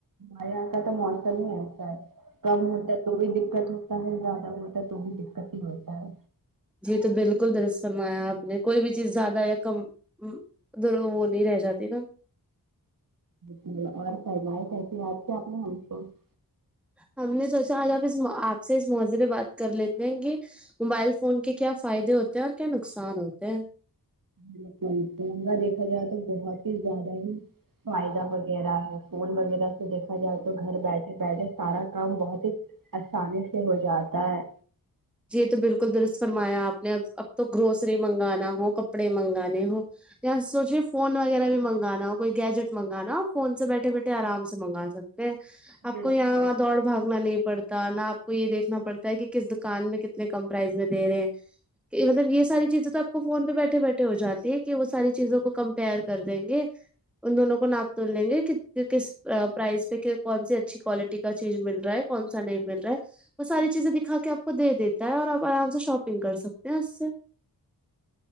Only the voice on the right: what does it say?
ہم آ کا تو موسم ہی ایسا ہے کم ہوتا ہے تو بھی دقت ہوتا ہے زیادہ ہوتا ہے تو بھی دقت ہی ہوتا ہے
ج اور س بائے کیسی د سے آپ نے ہم کو <unintelligible>
بالکل توا دیکھا جائے تو بہت ہی زیادہ ہی فائدہ وغیرہ ہے فون وغیرہ سے دیکھا جائے تو گھر بیٹھے بیٹھے سارا کام بہت ہی آسانی سے ہو جاتا ہے
بالکل